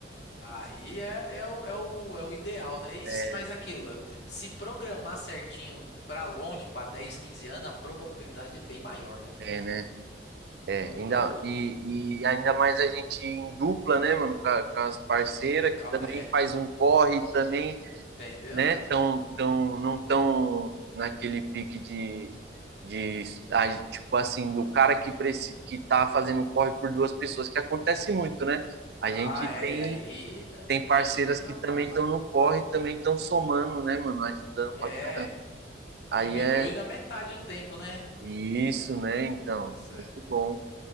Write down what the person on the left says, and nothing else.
Aí é, é, o, é, o, é o ideal, né? E
se, mas aquilo, se programar certinho pra longe, pra 10, 15 anos, a probabilidade é bem maior, né, mano?
O bagulho
é louco.
Calma,
é,
entendeu?
Ah,
é.
E aí, né?
A
gente tem
a parça.
É,
diminui
na metade o tempo, né?
Você,
é